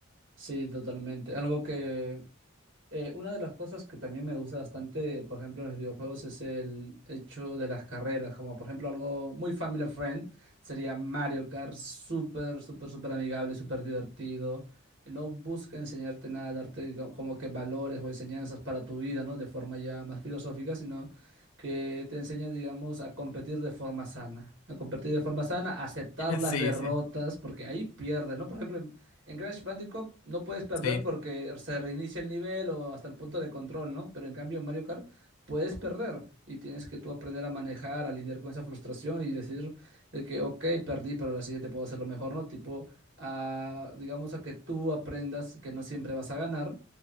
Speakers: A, on the right; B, on the left.
A: Sí, totalmente. Algo que Eh, una de las cosas que también me gusta bastante, por ejemplo, en los videojuegos es el hecho de las carreras, como por ejemplo algo muy family friend, sería Mario Kart, súper, súper, súper amigable, súper divertido. No busca enseñarte nada, darte co- como que valores o enseñanzas para tu vida, ¿no? De forma ya más filosófica, sino que te enseña, digamos, a competir de forma sana, a competir de forma sana, a aceptar
B: <laughs>
A: las
B: Sí,
A: derrotas,
B: sí,
A: porque ahí pierdes, ¿no? Por ejemplo, en Crash Bandicoot no puedes perder
B: sí.
A: porque se reinicia el nivel o hasta el punto de control, ¿no? Pero en cambio en Mario Kart puedes perder y tienes que tú aprender a manejar, a lidiar con esa frustración y decir de que, ok, perdí, pero la siguiente puedo hacerlo mejor, ¿no? Tipo, a, digamos a que tú aprendas que no siempre vas a ganar